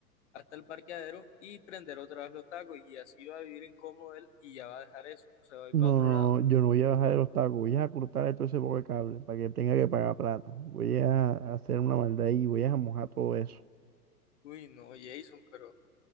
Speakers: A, on the left; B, on the right.
A: hasta el parqueadero y prender otra vez los tacos y así va a vivir incómodo él y ya va a dejar eso, o sea, va a ir
B: No,
A: para otro
B: no,
A: lado.
B: no. Yo no voy a bajar el obstáculo. Voy a cortar todo ese poco de cable para que tenga que pagar plata. Voy a hacer una maldad y voy a mojar todo eso.
A: Uy, no, Jason, pero, o